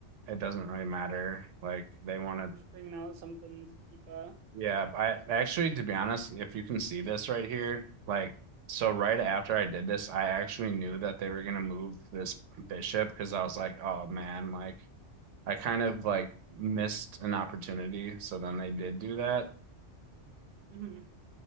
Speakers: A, on the right (about 85°); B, on the right (about 60°).
A: it doesn't really matter. Like they want to
B: And Just bringing out something to keep a.
A: Yeah, I actually, to be honest, if you can see this right here, like, so right after I did this, I actually knew that they were gonna move this bishop because I was like, oh man, like, I kind of like missed an opportunity. So then they did do that.
B: Mm-hmm.